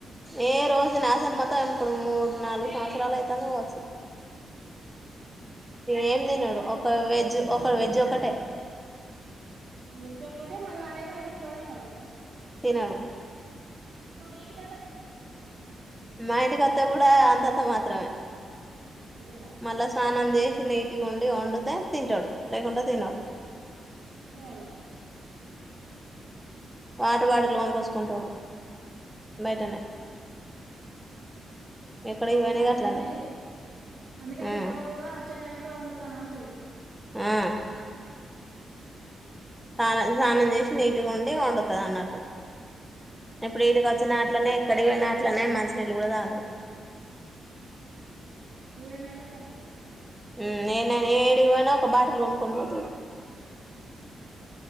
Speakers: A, in the centre; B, on the right (about 55°).
A: ఏ రోజు నాసలు మొత్తం ఇప్పుడు మూడు నాలుగు సంవత్సరాలు అయిత కావచ్చు ఏం తినడు
B: చికెన్
A: ఒక వెజ్ ఒక వెజ్ క్కటే
B: వెజ్ ఒక్కటే మళ్ళీ నాదైనా ఎవరు ఇంటికాడ తినడు
A: <unintelligible>
B: ఇప్పుడు మీ ఇంటి
A: మా ఇం నువ్వు కూడా అంతంత మాత్రమే
B: అంతేనా
A: మల్ల స్నానం చేసి వెరైటీగా వండడితే తింటాడు లేకపోతే తినడు
B: ఏడు
A: వాటర్ బాటిల్ లోన్ కో వసుకుంటాడు బయటనే ఎక్కడికి
B: రంసార్
A: పోయినా గట్లనే
B: చేసి అందుకే
A: ఆ
B: పెద్దవ్వ కూడా వచ్చే టైం కి వండుతాను అంటది
A: ఆ స్నాన స్నానం చేసి నీటిగా ఉండి వండుతంది అన్నట్టు ఇప్పుడు వీటికి వచ్చినట్లనే ఎక్కడి పోయినట్లనే మంచినీళ్ళు కూడా తాగరు
B: ఏదైనా గంతే ఇ
A: హు నేనైనా ఏడు పోనా ఒక బాటిల్ కొనుక్కొని పోతాడు